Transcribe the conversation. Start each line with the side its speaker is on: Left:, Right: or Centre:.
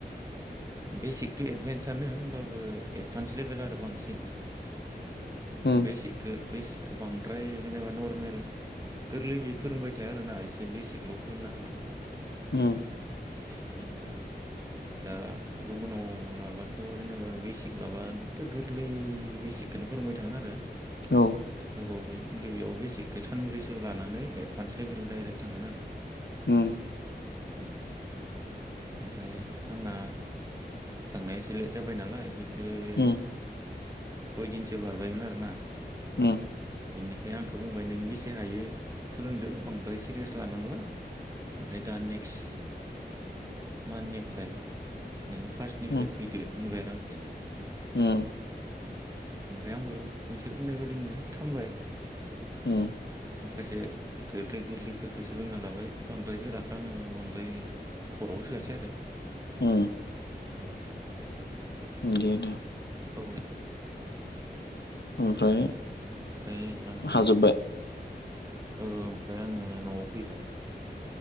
Right: बेसिकथ' एडभान्सआनो होमबाबो एडभान्स लेभेल आरो बांसिन
Left: उम
Right: बेसेखो बेसिकखौ बांद्राय जेनेबा नरमेल गोरलैयै फोरोंबाय थाया आरोना एसे बेसिकल' फोरोंना होगोन
Left: उम
Right: एसे जेनेबा दा गुबुनाव लाबथ' जेनेबा बेसिक लाबथ' गोरलै बेसिकखौनो फोरोंबाय थागोन आरो
Left: औ
Right: गोबावहै खिन्थु बेयावबो बेसेख सानब्रैसो लानानै एडभान्स लेभेल दडाइरेक्ट थांगोन आरो
Left: ओ
Right: उम ओमफ्राय आङा थांनाया एसे लेट जाबाय नालाय ओ सय
Left: उम
Right: सयदिन बारबायमोन आर ना
Left: उम
Right: बेनिखाय आंखौ बुंबाय नों बेसे हायो सोलोंदो बांद्राय सिरियास लानांला ओमफ्राय दा नेक्स्ट मान्थनिफ्राय नोङो निफ्राय
Left: उम
Right: फैदो होनबाय आरोआंखो
Left: उम
Right: उम ओमफ्राय आंबो बैसोर बुंनाय बायदिनो खामबाय
Left: ओ
Right: माखासे गोरलै गोरलैफोरखौ सोलोंना लाबाय बांद्राय गोराख आङो बांद्राय खर'आव सोआसै आरो
Left: ओ
Right: उम
Left: दे दे
Right: औ
Left: ओमफ्राय
Right: ओमफ्राय आङो
Left: हाजोब्बाय
Right: औ ओमफ्राय आङो न'आव फैबाय